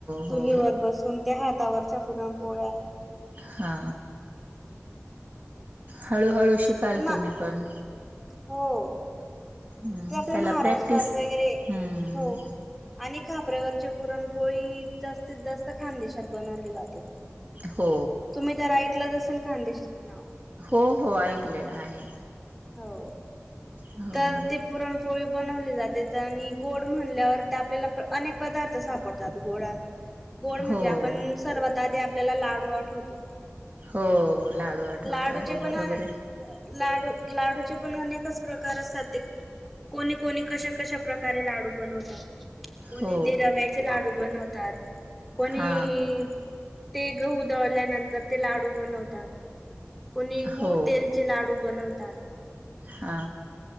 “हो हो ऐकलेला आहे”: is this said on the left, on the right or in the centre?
Right